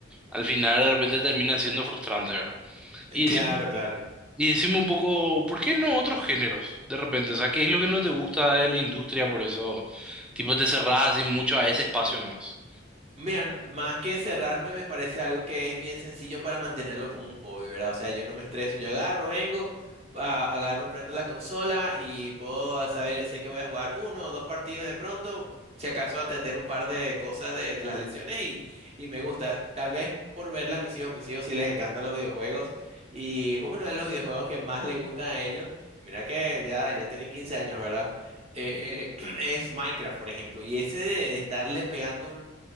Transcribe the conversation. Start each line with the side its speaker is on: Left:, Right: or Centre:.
Centre: al final de repente terminan siendo frustrantes ¿verdad? Y decimos
Right: Claro, claro.
Centre: Y decime un poco, ¿por qué no otros géneros? De repente, o sea, ¿qué es lo que no te gusta de la industria? Por eso, tipo, te cerrás así mucho a ese espacio nomás.
Right: Mira, más que cerrarme, me parece algo que es bien sencillo para mantenerlo como un hobby, ¿verdad? O sea, yo no me estreso, yo agarro, vengo, a- agarro, prendo la consola y puedo saber, sé que voy a jugar uno o dos partidos de pronto, si acaso atender un par de cosas de, de las lesiones y, y me gusta. Tal vez por verla a mis hijos, mis hijos sí les encantan los videojuegos y <laughs> uno de los videojuegos que más les gustan a ellos, y mira que ya, ya tienen 15 años, ¿verdad? Eh, eh, <clears throat> es Minecraft, por ejemplo, y ese de de estarle pegando